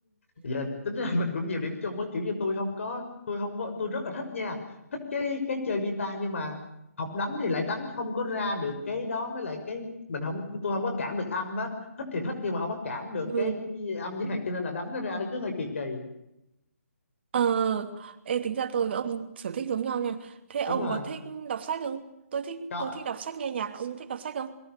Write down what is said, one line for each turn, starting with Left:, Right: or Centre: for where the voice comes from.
Left: vậy là tính ra mình cũng nhiều điểm chung á kiểu như tôi không có tôi không có tôi rất là thích nha thích cái cái chơi guitar nhưng mà học đánh thì lại đánh không có ra được cái đó với lại cái mình không tôi không có cảm được âm á thích thì thích nhưng mà không có cảm được
Right: Ừ.
Left: cái âm nhạc cho nên là đánh nó ra nó cứ hơi kỳ kỳ
Right: Ờ, ê, tính ra tôi với ông sở thích giống nhau nha. Thế ông
Left: đúng rồi
Right: có thích đọc sách không? Tôi thích
Left: có
Right: tôi thích đọc sách nghe nhạc, ông thích đọc sách không?